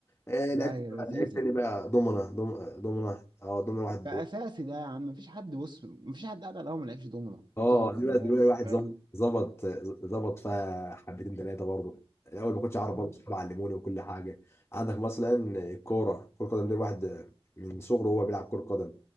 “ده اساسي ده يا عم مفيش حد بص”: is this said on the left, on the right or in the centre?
Right